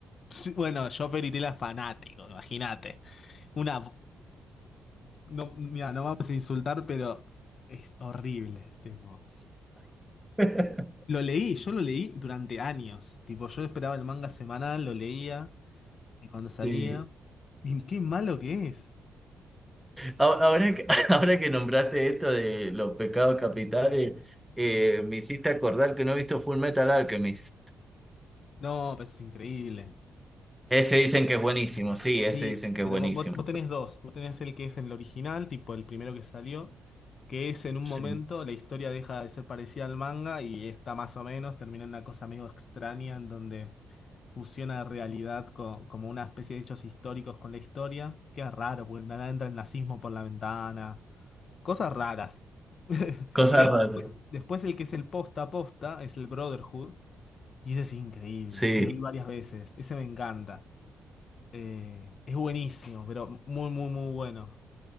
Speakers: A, on the left; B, in the centre.
A: Sí, bueno, yo Fairy Tail era fanático, imagínate. Una... No, mira, no vamos a insultar, pero es horrible, tipo.
B: <laughs>
A: Lo leí, yo lo leí durante años. Tipo, yo esperaba el manga semanal, lo leía eh, cuando salía.
B: Sí.
A: Y qué malo que es.
B: A- Ahora que, <laughs> ahora que nombraste esto de los pecados capitales, eh, me hiciste acordar que no he visto Full Metal Alchemist.
A: No, pero es increíble.
B: Ese dicen que es buenísimo, sí, ese
A: Sí,
B: dicen que
A: pero
B: es buenísimo.
A: vo- vos, vos tenés dos. Vos tenés el que es en el original, tipo el primero que salió, que es en un
B: Sí.
A: momento la historia deja de ser parecida al manga y está más o menos, termina en una cosa medio extraña en donde fusiona realidad co- como una especie de hechos históricos con la historia. Queda raro, porque nada entra el nazismo por la ventana. Cosas raras. <laughs>
B: Cosas
A: Pero
B: raras.
A: después el que es el posta a posta es el Brotherhood, y ese es increíble.
B: Sí.
A: Ese lo vi varias veces. Ese me encanta. Eh, es buenísimo, pero muy, muy, muy bueno.